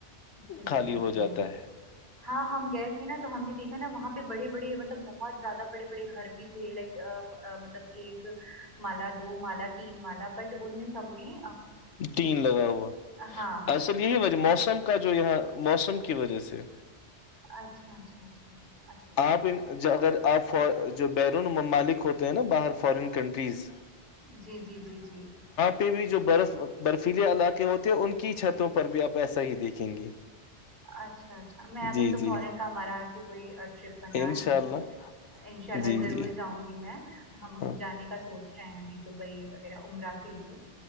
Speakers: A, on the right; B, on the left.
A: چلی
B: خالی
A: جاتی
B: ہو جاتا
A: ہے ہاں ہم گئے تھے نا تو ہم نے دیکھا نا وہاں پہ بڑے بڑے مطلب بہت زیادہ بڑے بڑے گھر بھی تھے لائک مطلب ایک مال دو مال تین مالا بٹ ان میں سب میں
B: تین لگا ہوا
A: ہاں
B: اصل یہی وجہ موسم کا جو یہاں موسم کی وجہ سے
A: اچھا اچھا اچھا اچھا اوکے
B: آپ ان- جو اگر آپ جو بیرون ممالک ہوتے ہیں نا باہر فورین کنٹریز
A: جی جی جی جی
B: بھیئی جو برس برفیلے علاقے ہوتے ہیں ان کی چھتوں پر بھی آپ ایسا ہی دیکھیں گے
A: اچھا اچھا میں ابھی
B: جی
A: تو
B: جی
A: فورن کا ہمارا یہاں سے کوئی ٹرپ بنا
B: انشاء
A: نہیں
B: اللہ
A: انشاء اللہ
B: جی
A: ضرور
B: جی
A: جاؤں گی میں ہم
B: ہاں
A: جانے کا سوچ رہایں بھی دبئی وغیرہ امرا کے لیے